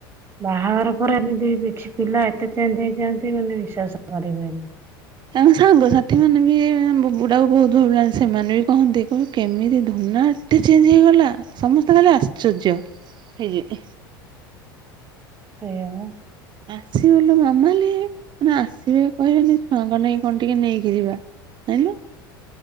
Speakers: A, on the right; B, on the right.
A: ବାହାଘର ପରେ ଏମିତି କିଛି ପିଲା ଏତେ ଚେଞ୍ଜ ହେଇଜାନ୍ତି ମାନେ ବିଶ୍ଵାସ କରିହୁଏନି।
B: ତାଙ୍କ ସାଙ୍ଗସାଥି ମାନେ ବି ବୁଢାକୁ ବୋହୁତ ଭଲ ପାଆନ୍ତି ସେମାନେ ବି କହନ୍ତି କେମିତି ଧନା। ଏତେ ଚେଞ୍ଜ୍ ହେଇଗଲା ସମସ୍ତେ ଖାଲି ଆଶ୍ଚର୍ଯ୍ୟ ହେଇଯିବେ।
A: ସେୟା ପା।
B: ଆସିବଲ ମାମାଲି ମାନେ ଆସିବେ କହିବେନି ଛୁଆଙ୍କ ପାଇଁ କଣ ଟିକେ ନେଇକି ଯିବା। ଯାଇଁଲୁ